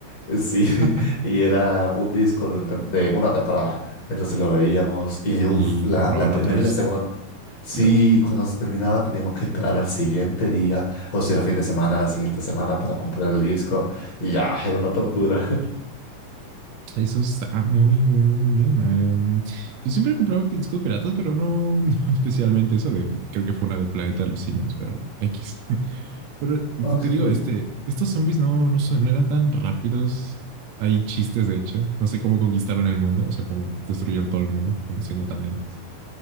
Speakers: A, on the left; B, on the right.
A: eh, sí, <laughs>
B: <laughs>
A: y era un disco de, una tem- de una temporada, entonces lo veíamos y uff,
B: y
A: la,
B: compraban
A: la primera
B: otro disco
A: y la segunda, sí,
B: y otro.
A: cuando se terminaba teníamos que esperar al siguiente día, o si era fin de semana, a la siguiente semana para comprar el disco, y ya, era una tortura.
B: Eso está muy, muy, muy bien. Em, yo siempre compraba discos piratas, pero no, <laughs> no especialmente eso de, creo que fue una de Planeta de los Simios, pero X. <laughs> Pero te
A: Ah, qué
B: digo,
A: cool.
B: este, estos zombies no, no, son- no eran tan rápidos. Hay chistes, de hecho. No sé cómo conquistaron el mundo, o sea, cómo destruyeron todo el mundo siendo tan lentos.